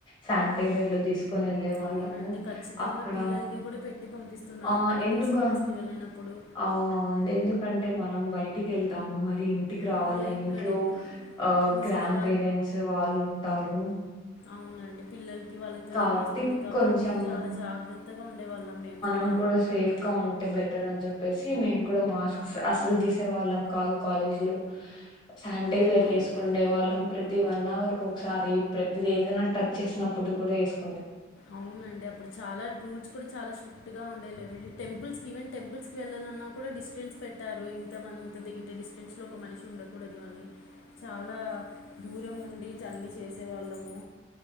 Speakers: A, on the left; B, on the left.
A: శానిటైజర్లు తీసు. తీస్కోని వెళ్ళేవాళ్ళము
B: అవునండి. ఖచ్చితంగా
A: అక్కడ
B: పిల్లలకి కూడా పెట్టి పంపిస్తున్నారు
A: ఆహ్
B: ఇప్పటికి
A: ఎందుక.
B: స్కూల్స్‌కి వెళ్ళినప్పుడు.
A: అవ్నవునండి ఎందుకంటే మనం బయటికి వెళ్తాము మరి. మీ ఇంటికి రావాల
B: ఆ! ఎక్కడెక్కడ
A: ఇంట్లో ఆహ్
B: ముసలి
A: గ్రాండ్ పేరెంట్స్ వాళ్ళు ఉంటారు.
B: అవ్నండి పిల్లలకి వాళ్ళకు త్వరగా
A: కాబట్టి
B: ఓస్తుంది కాబట్టి
A: కొంచెం
B: చాలా జాగ్రత్తగుండే వాళ్ళం మేము కూడా.
A: మేం కూడా సేఫ్గా ఉంటే బెటర్ అని చెప్ప. చెప్పేసి మేము కూడా మాస్క్స్ అస్సలు తీసే వాళ్ళం కాదు కాలేజ్లో. సానిటైజర్లు
B: అవునండి
A: వేసుకుండే వాళ్ళం ప్రతి వన్ అవర్. ఓకోక్సారి ప్రతిది ఏదైనా టచ్ చేసినప్పుడు కూడా వేసుకో.
B: అవ్నండి అప్పుడు చాలా రూల్స్ కూడా. చాలా స్ట్రిక్ట్గా ఉండే టెంపుల్స్కి ఈవెన్ టెంపుల్స్కి వెళ్ళాలన్నా కూడా డిస్టెన్స్ పెట్టారు ఇంత మంది. ఇంత తగిన డిస్టెన్స్ లో ఒక మనిషి ఉండకూడదు అని చాలా దూరం ఉండి చర్ని చే. చేసే వాళ్ళము.